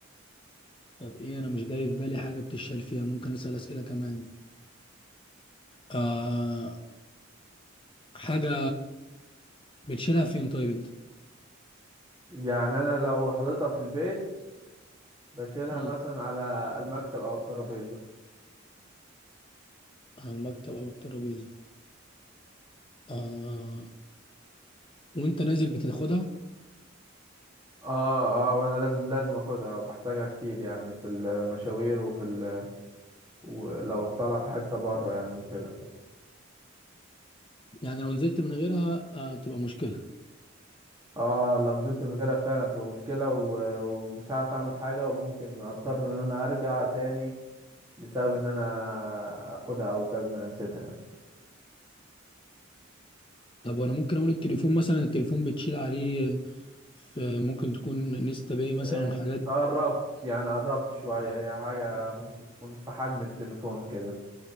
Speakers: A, on the left; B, on the right.
A: طب ايه انا مش جاي في بالي حاجة بتشيل فيها ممكن اسأل اسئلة كمان آه حاجة بتشيلها فين طيب انت
B: يعني انا لو حضرتها في البيت بشيلها
A: مم.
B: مثلا على المكتب او الترابيزة
A: على المكتب او الترابيزة آه وانت نازل بتاخدها
B: اه اه وانا لازم لازم اخدها وبحتاجها كتير يعني في المشاوير وفي ال... ولو طالع في حتة بره يعني وكده
A: يعني لو نزلت من غيرها آه تبقى مشكلة
B: اه لو نزلت من غيرها فعلا هتبقى مشكلة و- ومش هعرف اعمل حاجة وممكن اضطر ان انا ارجع تاني بسبب ان انا اخدها او بسبب ان انا نسيتها يعني
A: طب وانا ممكن اقول التليفون مثلا التليفون بتشيل عليه في ممكن تكون نيستا باي مثلا
B: انت
A: والحاجات دي
B: قربت يعني قربت شوية هي حاجة ممكن تكون في حجم التليفون كده